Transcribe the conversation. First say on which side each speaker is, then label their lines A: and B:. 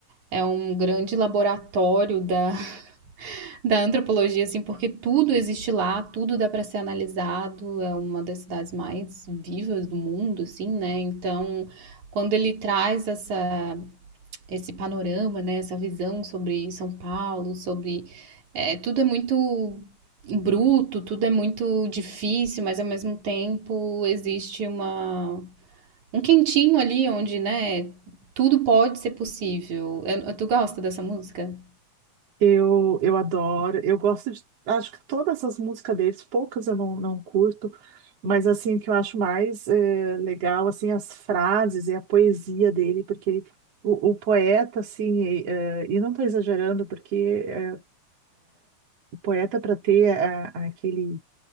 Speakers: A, on the right; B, on the right.
A: é um grande laboratório da, <laughs> da antropologia, assim, porque tudo existe lá, tudo dá para ser analisado, é uma das cidades mais vivas do mundo, assim, né? Então, quando ele traz essa, esse panorama, né, essa visão sobre São Paulo, sobre. é, tudo é muito bruto, tudo é muito difícil, mas ao mesmo tempo existe uma um quentinho ali onde, né, tudo pode ser possível. Eu- tu gosta dessa música?
B: eu, eu adoro, eu gosto de, acho que todas as músicas deles, poucas eu não, não curto, mas assim, o que eu acho mais eh, legal, assim, as frases e a poesia dele, porque ele, o, o poeta, assim, e, eh, e não estou exagerando, porque eh, o poeta, para ter a- aquele